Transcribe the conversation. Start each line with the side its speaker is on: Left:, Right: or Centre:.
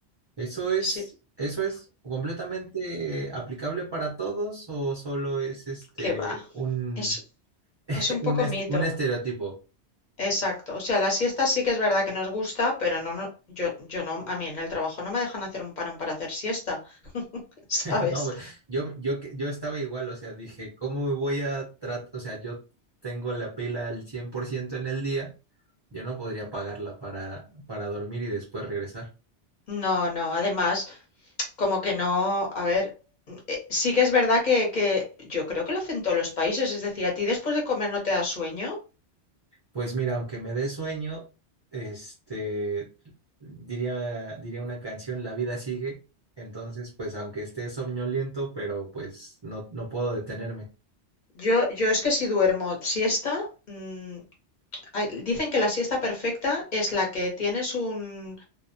Right: ¿Eso es
Left: Sí,
Right: eso es completamente aplicable para todos o solo es este
Left: que va.
Right: un
Left: Es,
Right: <laughs>
Left: es un
Right: un,
Left: poco
Right: est-
Left: mito.
Right: un estereotipo?
Left: Exacto. O sea, las siestas sí que es verdad que nos gusta, pero no, no, yo, yo no, a mí en el trabajo no me dejan hacer un parón para hacer siesta, <laughs> ¿sabes?
Right: <laughs> No, güey, yo yo que- yo estaba igual, o sea, dije, ¿cómo me voy a tratar? O sea, yo tengo la pila al 100% en el día, yo no podría pagarla para para dormir y después regresar.
Left: No, no. Además, como que no, a ver, eh, sí que es verdad que, que yo creo que lo hacen todos los países. Es decir, a ti después de comer no te da sueño.
Right: Pues mira, aunque me dé sueño, este, diría, diría una canción, La vida sigue. Entonces, pues aunque esté somnoliento, pero pues no, no puedo detenerme.
Left: Yo, yo es que si duermo siesta, mm, hay- dicen que la siesta perfecta es la que tienes un,